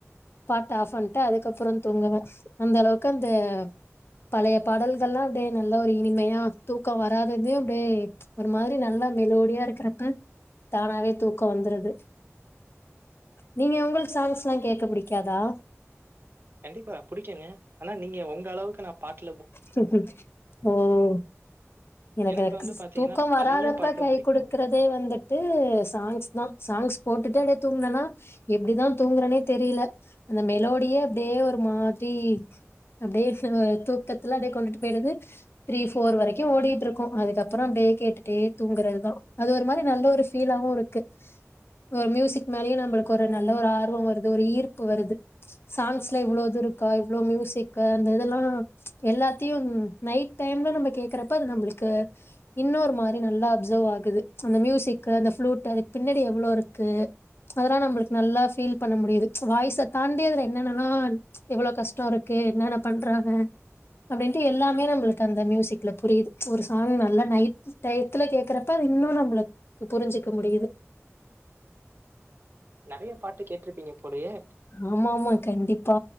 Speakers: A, on the left (about 50°); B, on the right (about 45°).
A: பாட்டு ஆஃப் பண்ட்டு அதுக்கப்ற தூங்குவே அந்த அளவுக்கு அந்த பழைய பாடல்கள்லா அப்டியே நல்லா ஒரு இனிமையா தூக்க வராததையு அப்டியே ஒரு மாரி நல்லா மெலோடியா இருக்கிறப்ப தானாவே தூக்க வந்துருது நீங்க உங்களுக்கு சாங்ஸ்ல்லா கேக்க புடிக்காதா
B: கண்டிப்பா புடிக்குங்க ஆனா நீங்க உங்க அளவுக்கு நா பாட்
A: க் கும் ம் எனக்கெனக்கு
B: எனக்கு வந்து பாத்தீங்கன்னா,
A: தூக்க வராதப்ப
B: பழைய பாட்டு
A: கை
B: புடிக்கும்.
A: குடுக்குறதே வந்துட்டு சாங்ஸ் தா சாங்ஸ் போட்டுட்டே அப்ட தூங்குனனா எப்டிதா தூங்கறனே தெரில அந்த மெலோடியே அப்டியே ஒரு மாத்ரி அப்டியே தூக்கத்துல அப்டியே கொண்டுட்டு போயிருது த்ரீ ஃபோர் வரைக்கு ஓடிட் ட்ருக்கு அதுக்கப்ற அப்டியே கேட்டுட்டே தூங்கறதுதா அது ஒரு மாரி நல்ல ஒரு ஃ ஃபீலாவு இருக்கு ஒரு மியூசிக் மேலேயே நம்மளுக்கு ஒரு நல்ல ஒரு ஆர்வம் வருது ஒரு ஈர்ப்பு வருது சாங்ஸ்ல இவ்வளோ இது இருக்கா இவ்ளோ மியூசிக் அந்த இதெல்லா எல்லாத்தையு நைட் டைம்ல நம்ம கேக்குறப்ப அது நம்மளுக் கு இன்னொரு மாரி நல்லா அப்சர்வ் ஆகுது அந்த மியூசிக்கு அந்தளூடைப் அதுக்கு பின்னடி எவ்ளோ இருக்கு அதல்லா நம்மளுக்கு நல்லா ஃபீல் பண்ண முடியுது வாய்ஸை தாண்டி அதுல என்னன்னா எவ்ள கஷ்ட இருக்கு என்னன்ன பண்றாங்க அப்டின்ட்டு எல்லாமே நம்மளுக்கு அந்த மியூசிக்ல புரிது ஒரு சாங் நல்லா நைட் டயத்துல கேக்குறப்ப அது இன்னு நம்மளுக்கு புரிஞ்ஜிக்க முடியுது
B: நெறைய பாட்டு கேட்டிருப்பீங்க போலையே
A: ஆமாமா கண்டிப்பா